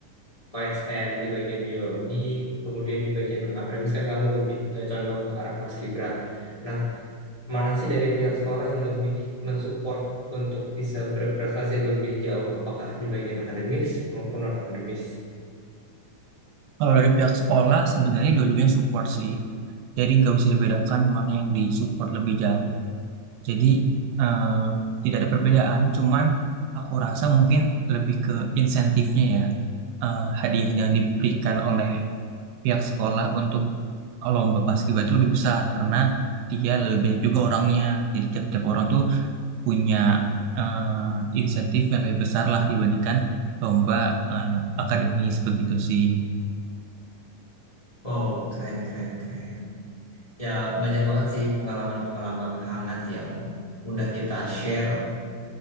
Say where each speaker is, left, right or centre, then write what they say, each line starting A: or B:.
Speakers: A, on the left; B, on the right.
A: OSN, di bagian biologi, kemudian di bagian non akademis kan kamu lebih eh, condong ke arah paskibra. Nah, mana sih dari pihak sekolah yang lebih mensupport untuk bisa berprestasi lebih jauh, apakah di bagian akademis maupun non-akademis?
B: Kalau dari pihak sekolah sebenarnya dua-duanya support sih. Jadi nggak bisa dibedakan mana yang disupport lebih jauh. Jadi eh, tidak ada perbedaan. Cuman aku rasa mungkin lebih ke insentifnya ya. Eh, hadiah yang diberikan oleh pihak sekolah untuk lomba paskibra itu lebih besar karena dia lebih banyak juga orangnya. Jadi tiap-tiap orang tuh punya eh, insentif yang lebih besar lah dibandingkan lomba eh, akademis begitu sih.
A: Wow, keren, keren, keren. Ya, banyak banget sih pengalaman-pengalaman hangat yang udah kita share